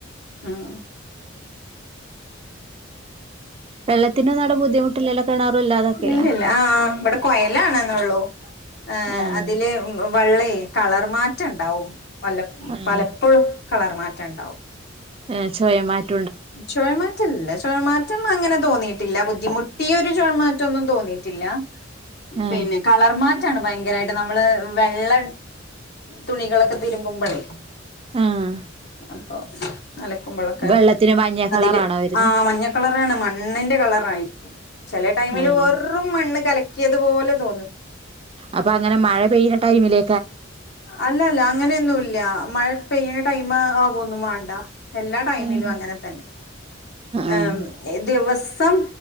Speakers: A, on the left; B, on the right.
A: ഉം
B: വെള്ളത്തിനൊന്നും അവിടെ ബുദ്ധിമുട്ടില്ലല്ലോ കിണറും ഇല്ലാതൊക്കെല്ലേ
A: ഇല്ലില്ലാ ആ വ്ടെ കൊഴലാണന്നൊള്ളു ആ
B: ആഹ്
A: അതിൽ വളെള കള മാറ്റണ്ടാവും
B: ആഹ്
A: പലപ്പോയും കളർ മാറിണ്ടാവും
B: ഏ ചൊയ മാറ്റ
A: ചൊയമാറ്റല്ല ചൊയ മാറ്റം അങ്ങനെ തോന്നിട്ടില്ല ബുദ്ധിമു ഈ ഒരു ചെയമാറ്റൊന്നും തോന്നിട്ടില്ല
B: ആഹ്
A: പിന്നെ കളർ മാറ്റാണ് ഭയങ്ക കരായിട്ട് നമ്മൾ വെള്ള തുണികളൊക്കെ തിരുമ്പുമ്പളേയ്
B: ആഹ്
A: <unintelligible> ആ അലയ്കുമ്പളൊക്കെ
B: വെള്ളത്തിന് മഞ്ഞ
A: അതില്
B: കളറാണോ വരുന്നെ
A: ആ മഞ്ഞകളറാണ് മണ്ണിന്റെ കളറായി ചില ടൈമില്
B: ആഹ്
A: വെറും മണ്ണ് കലക്കിയ കിയത് പോലെ തോന്നും
B: അപ്പൊ അങ്ങനെ മഴ പെയ്ത ടൈമില്
A: അല്ലല്ല അങ്ങനെ ഒന്നും ഇല്ല മഴ പെയ്യണ ടൈം ആകോന്നും വേണ്ട എല്ലാ ടൈമിലും
B: ആഹ്
A: അങ്ങനെ തന്നെ ആം
B: ആഹ്
A: <unintelligible> സം